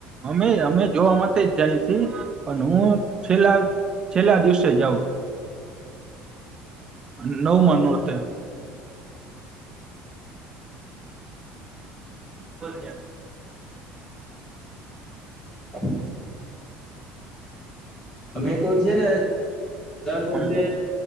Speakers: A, on the right; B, on the left.
A: અમે અમે જોવા માટે જ જાયશી પણ હું છેલ્લા છેલ્લા દિવસે જાઉ નવમા નોરતે બો <inaudible>
B: હમ અમે તો છે ને ચાર વરસે
A: હમ